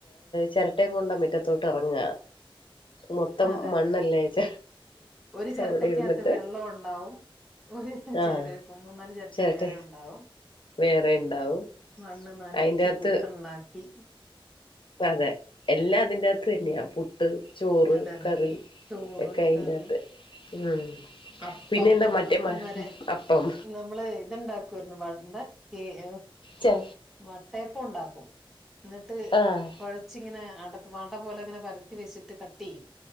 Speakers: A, on the left; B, in the centre.
A: ചെരട്ടയും കൊണ്ടാ മിറ്റത്തോട്ടെറങ്ങ മൊത്തം
B: അതെ
A: മണ്ണല്ലേ
B: അതെ
A: ച
B: ഒരു ചിരട്ടയ്ക്കകത്ത്
A: വടെ ഇരുന്നിട്ട്
B: വെള്ളം ഉണ്ടാവും ഒരു
A: ആഹ്
B: ചേരട്ട മൂന്നാല് ചെരട്ട
A: ചിരട്ട
B: വേറെയുണ്ടാവും
A: വേറെ ഉണ്ടാവും
B: മണ്ണ് നനച്ച്
A: അയിന്റകത്ത്
B: പുട്ട്ണ്ടാക്കി
A: അതെ എല്ലാതിന്റെ പ്പല്ല്യാ
B: ഉം.
A: പുട്ട് ചോറ്
B: അതെ അതെ
A: കറി
B: അതെ ചോറ്
A: ഒക്കെയ്നാത്ത്
B: കറി
A: ഉം
B: അപ്പം
A: പിന്നെ എന്താ മറ്റേ
B: അപ്പം
A: മ
B: വരെ
A: അപ്പം
B: നമ്മള് ഇത്ണ്ടാക്കുവാരുന്നു മണ്ണ് കേ ഒ
A: ച
B: വട്ടയപ്പോണ്ടാക്കും ന്നിട്ട്
A: ആഹ്
B: കൊഴച്ചിങ്ങനെ അട വട പോലെ ങ്ങനെ പരത്തി വെച്ചിട്ട് കടട്ടെയ്യും